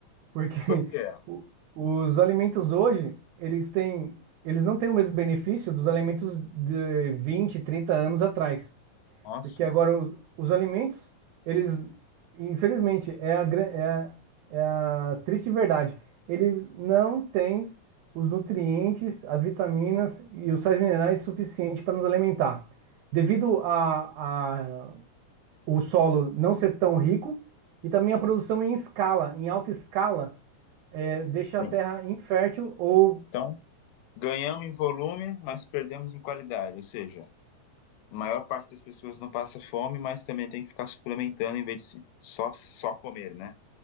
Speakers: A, on the right; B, on the left.
A: porque <laughs>
B: Por quê?
A: o- os alimentos hoje, eles têm, eles não têm o mesmo benefício dos alimentos de 20 30 anos atrás,
B: Nossa,
A: porque agora o- os, alimentos, eles, infelizmente, é a, gran- é a, é a triste verdade, eles não têm os nutrientes, as vitaminas e os sais minerais suficientes para nos alimentar. Devido a, a o solo não ser tão rico e também a produção em escala, em alta escala, é, deixa
B: sim.
A: a terra infértil ou
B: Então, ganhamos em volume, mas perdemos em qualidade. Ou seja, a maior parte das pessoas não passa fome, mas também tem que ficar suplementando em vez de se- só, só comer, né?